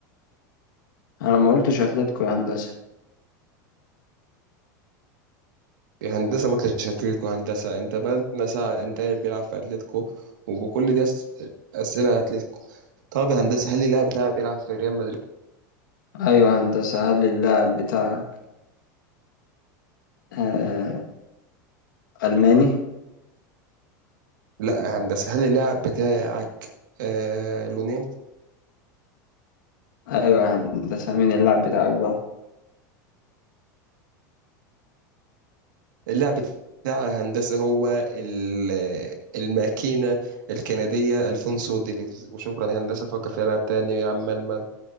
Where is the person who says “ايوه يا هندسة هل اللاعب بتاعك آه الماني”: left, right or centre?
Left